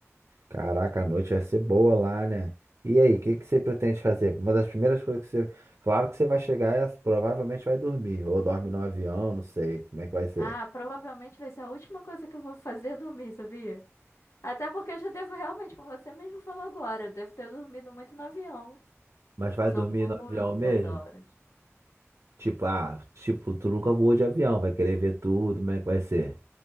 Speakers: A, on the right; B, on the left.
A: Caraca, a noite vai ser boa lá, né? E aí, o que que você pretende fazer? Uma das primeiras coisas que você. Claro que você vai chegar e provavelmente vai dormir. Ou dorme no avião, não sei como é que vai ser.
B: Ah, provavelmente vai ser a última coisa que eu vou fazer é dormir, sabia? Até porque eu já devo realmente, como você mesmo falou agora, eu devo ter dormido muito no avião.
A: Mas vai
B: São
A: dormir
B: muitas
A: no avião mesmo?
B: horas.
A: Tipo, ah, tipo, tu nunca voou de avião, vai querer ver tudo, como é que vai ser?